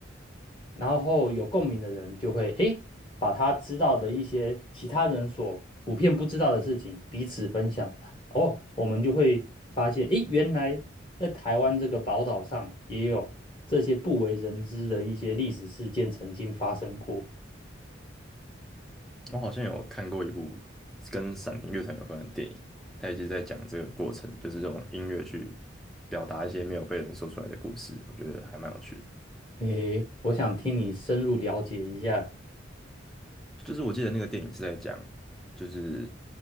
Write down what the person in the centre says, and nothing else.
我好像有看过一部跟闪灵乐团有关的电影，它也就是在讲这个过程，就是用音乐去表达一些没有被人说出来的故事，我觉得还蛮有趣的。
就是我记得那个电影是在讲，就是